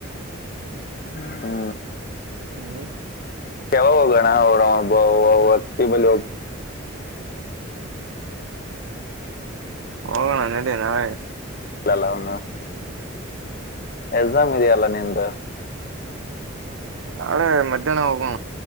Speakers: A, on the left (about 45°); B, on the right (about 65°).
A: ಹ್ಮ್
B: ಹ್ಮ
A: ಕೆವ ಹೋಗಣ ಅವತ್ತ ಬೋಗ
B: ಹೋಗೋಣ ನಡಿ ನಾವ
A: ಅಂದ್ರಲ್ಲ ಅವನು ಎಕ್ಸಾಮ್ ಇದೆಯಲ್ಲ ನಿನ್್ದ
B: ನಾಳೆ ಮಧ್ಯಾಹ್ನ ಹೋಗುವ